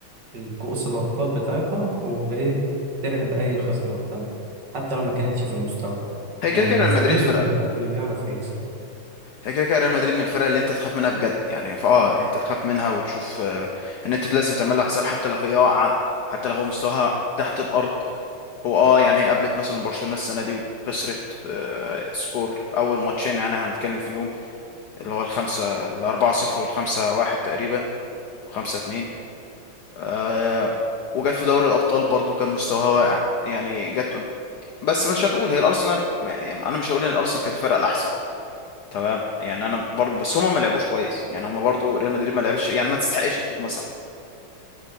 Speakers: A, on the right (about 55°); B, on the left (about 65°).
A: الكؤوس الأبطال بتاعتها وبترهب أي خصم قدامها حتى لو ما كانتش في المستوى
B: هي كده
A: يعني
B: كده ريال
A: الفريق
B: مدريد فرقه
A: اللي بي... اللي بيعرف يكسب
B: هي كده كده ريال مدريد من الفرق اللي انت تخاف منها بجد يعني فاه انت تخاف منها وتشوف آه، ان انت لازم تعمل لها حساب حتى لو هي واقعه حتى لو هو مستواها تحت الارض هو اه يعني هي قابلت مثلا برشلونه السنه دي وخسرت آه، سكور اول ماتشين يعني هنتكلم فيهم اللي هو الخمسه الاربعه صفر والخمسه واحد تقريبا وخمسه اتنين آه، وجت في دوري الابطال برضو كان مستواها واقع يعني جت بس مش هنقول هي الارسنال ما- يعني انا مش هقول ان الارسنال كانت الفرقه الاحسن تمام يعني انا برضو بس هما ما لعبوش كويس يعني هما برضو ريال مدريد ما لعبش يعني ما تستحقش الفوز مثلا